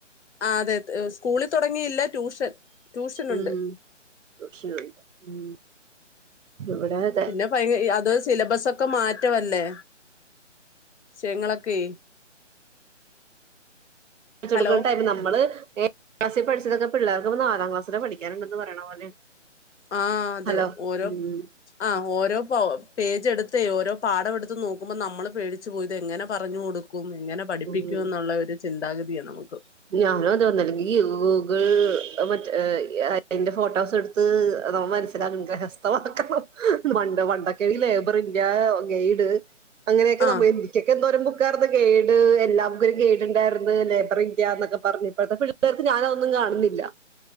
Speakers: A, on the left (about 65°); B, on the right (about 80°).
A: ആ അതെ സ്കൂളിൽ തുടങ്ങിയില്ല ട്യൂഷൻ ട്യൂഷനുണ്ട്
B: ഉം ട്യൂഷനുണ്ട് ഉം ഇവിടെ അതെ
A: പിന്നെ ഭയ അത് സിലബസക്കെ മാറ്റവല്ലേ വിഷയങ്ങളൊക്കെ
B: <inaudible> പഠിച്ച് കൊടുക്കണ
A: ഹലോ
B: ടൈം നമ്മള് ഏഴാം ക്ലാസിൽ പഠിച്ചതൊക്കെ പിള്ളേർക്ക് നാലാം ക്ലാസില് പഠിക്കാനുണ്ടെന്ന് പറയണ പോലെ
A: ആഹ് അതെ
B: ഹലോ
A: ഓരോ
B: ഉം
A: ആ ഓരോ പേജ് എടുത്തേ ഓരോ പാഠം എടുത്ത് നോക്കുമ്പോ നമ്മള് പേടിച്ചു പോവും ഇതെങ്ങനെ പറഞ്ഞു കൊടുക്കും ക്കും എങ്ങനെ പഠിപ്പിക്കുന്നൊള്ള
B: ഉം
A: ഒരു ചിന്താഗതിയാ നമുക്ക്
B: ഞാനും അതന്ന ഒന്നെങ്കി ഗൂഗിൾ മറ്റ് അയിന്റെ ഫോട്ടോസ് എടുത്ത് നമ്മ മനസ്സിലാക്കണം ഗ്രഹസ്ഥമാക്കണം പണ്ട് പണ്ടൊകേണങ്ങി ലേബർ ഞാനോ ഗൈഡ് അങ്ങനെയൊക്കെ
A: ആ
B: നമ്മ എനിക്കൊക്കെ എന്തോരം ബുക്കാര്ന്ന് ഗെയ്ഡ് എല്ലാവരിക്കും ഗൈടിണ്ടായിരുന്നു ഒക്കെ പറഞ്ഞ ഇപ്പോഴത്തെ പിള്ളേർക്ക് ഞാനതൊന്നും കാണുന്നില്ല